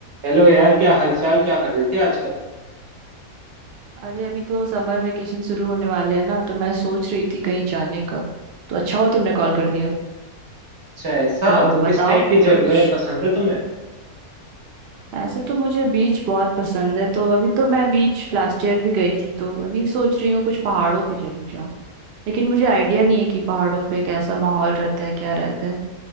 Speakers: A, on the right (about 50°); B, on the right (about 65°).
A: हेलो यार क्या हालचाल क्या कर रही थी आजकल
B: अरे अभी तो समर वेकेशन शुरू होने वाले हैं ना तो मैं सोच रही थी कहीं जाने का तो अच्छा हुआ तुमने कॉल कर दिया
A: अच्छा ऐसा
B: तो
A: तो किस
B: बताओ
A: टाइप की जगह
B: कुछ
A: पसंद है तुम्हें
B: ऐसे तो मुझे बीच बहुत पसंद है तो अभी तो मैं बीच लास्ट ईयर भी गई थी तो अभी सोच रही हूँ कुछ पहाड़ों पे चली जाऊँ लेकिन मुझे आइडिया नहीं है कि पहाड़ों पे कैसा माहौल रहता है क्या रहता है